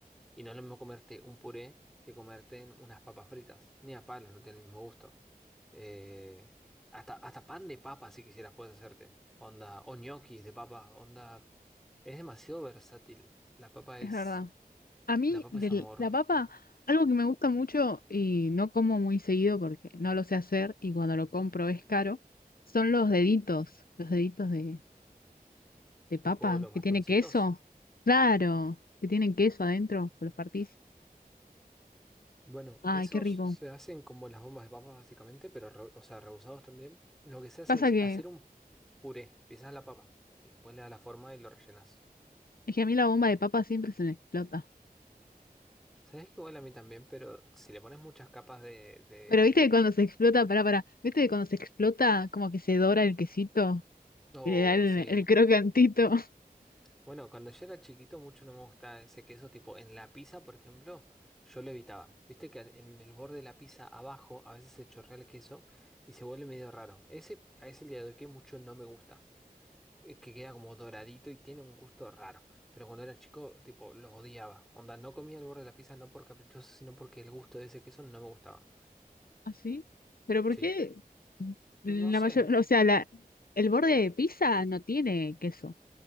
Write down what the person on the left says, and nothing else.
Es
verdad. A mí,
de
la papa,
algo que me gusta mucho y no como muy seguido porque no lo sé hacer y cuando lo compro es caro, son los deditos, los deditos de, de papa
que tiene queso. Claro, que tienen queso adentro, que los partís.
Ay,
qué rico.
Pasa
que
es que a mí la bomba de papa siempre se me explota.
Pero viste que cuando se explota, pará, pará, viste que cuando se explota como que se dora el quesito,
que le da el,
el crocantito.
¿Ah, sí? ¿Pero por
qué la
mayor,
o sea, la, el borde de pizza no tiene queso,